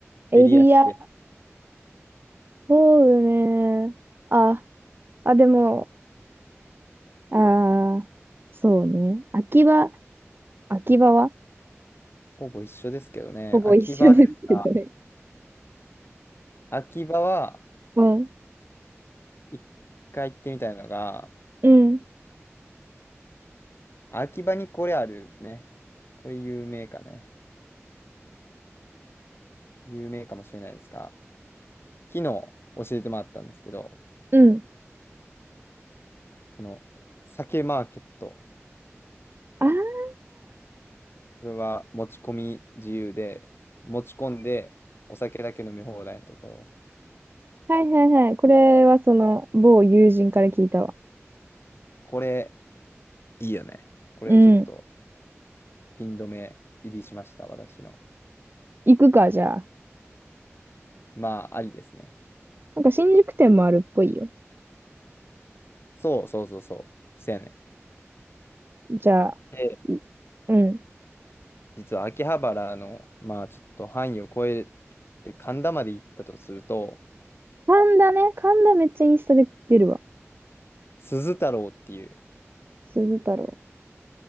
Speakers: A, on the right (about 50°); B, on the left (about 55°).
A: エリア、
B: エリアして、
A: そうね。あ、あ、でも、あー、そうね。秋葉、秋葉は
B: ほぼ一緒ですけどね。
A: ほぼ一緒ですけどね。
B: 秋葉ですか秋葉は、
A: うん、
B: 一回行ってみたいのが、
A: うん、
B: 秋葉にこれあるね。これ有名かね。有名かもしれないですが、昨日教えてもらったんですけど、
A: うん。
B: この酒マーケット、
A: あー、
B: これは持ち込み自由で、持ち込んでお酒だけ飲み放題のところ、
A: はいはいはい。これはその、某友人から聞いたわ。
B: これいいよね。これちょっと
A: うん。
B: ピン止め入りしました、私の。
A: 行くか、じゃあ。
B: まあ、ありですね。
A: なんか新宿店もあるっぽいよ。
B: そうそうそうそう、せやね
A: じゃあ、
B: ん。で、
A: い、うん。
B: 実は秋葉原の、まあちょっと範囲を超えて神田まで行ったとすると、
A: 神田ね。神田めっちゃインスタで出るわ。
B: 鈴太郎っていう、
A: 鈴太郎。